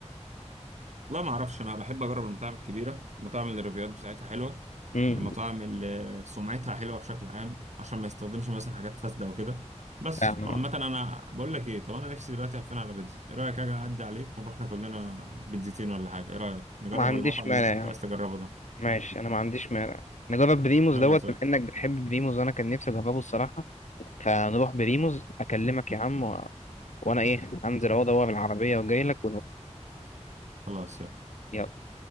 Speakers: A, on the right; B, on the left.
A: لا ما اعرفش انا بحب اجرب المطاعم الكبيره المطاعم اللي الريفيوات بتاعتها حلوه
B: امم
A: المطاعم اللي سمعتها حلوه بشكل عام عشان ما يستخدمش مثلا حاجات فاسده او كده بس
B: يعني
A: وعامه
B: ما
A: انا بقول لك ايه طب انا نفسي دلوقتي هفين على بيتزا ايه رايك اجي اعدي عليك ونروح ناكل لنا بيتزتين ولا حاجه ايه رايك نجرب
B: ما عنديش
A: المطعم
B: مانع
A: اللي انت كنت
B: يعني
A: عايز تجربه ده
B: ماشي انا ما عنديش مانع نجرب بريموز
A: يلا
B: دوت
A: طيب
B: بما انك بتحب بريموز وانا كان نفسي اجربه الصراحه فنروح بريموز اكلمك يا عم و... وانا ايه انزل اهو ادور العربيه وجاي لك
A: خلاص يلا
B: يلا